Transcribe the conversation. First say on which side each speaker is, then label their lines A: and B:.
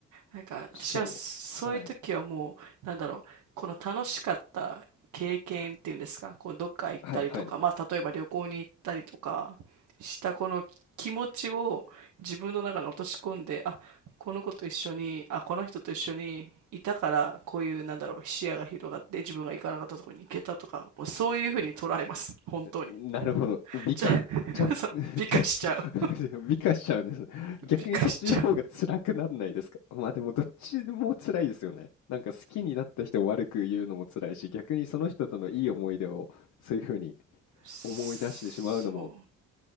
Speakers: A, on the right; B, on the left.
A: なんか私はそういう時はもうなんだろうこの楽しかった経験っていうんですかこうどっか行ったりとかまあ例えば旅行に行ったりとかしたこの気持ちを自分の中に落とし込んであこの子と一緒にあこの人と一緒にいたからこういうなんだろう視野が広がって自分が行かなかったところに行けたとかもうそういうふうに捉えます本当に
B: しかもはい、はいはい。なるほど。美化、
A: じゃ
B: ちゃん、
A: あ <laughs> そう美化しちゃう
B: <laughs> 美化しちゃうんですね。逆にそっちの方が辛くなんないですかまあでもどっちも辛いですよね。
A: 美化しちゃう
B: なんか好きになった人を悪く言うのも辛いし、逆にその人とのいい思い出をそういうふうに
A: そ
B: 思い出してしまうのも